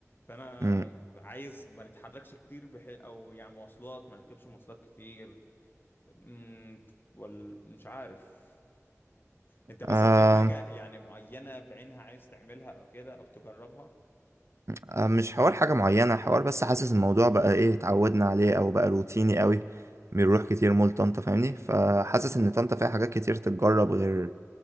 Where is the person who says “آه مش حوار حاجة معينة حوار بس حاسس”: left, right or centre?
Right